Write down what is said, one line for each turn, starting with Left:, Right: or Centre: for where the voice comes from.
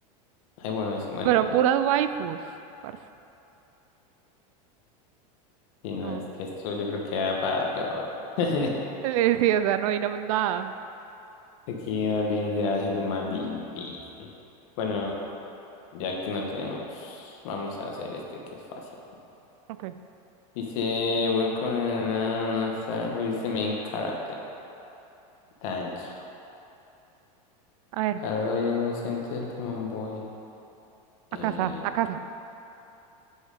Left: Ay, bueno, es, bueno,
Right: Pero puras waifus, parce.
Left: si no
Right: No.
Left: es que esto yo creo que va para peor. <laughs>
Right: Eh, Sí, o sea, no hay na- nada.
Left: Aquí más bien ya haciendo más difícil. Bueno, ya que no tenemos, vamos a hacer este que es fácil.
Right: Ok.
Left: Dice, welcome to star who is the main character? Tanjiro.
Right: A ver,
Left: Hello, you're an innocent demon boy. Eh,
Right: a casa, a casa.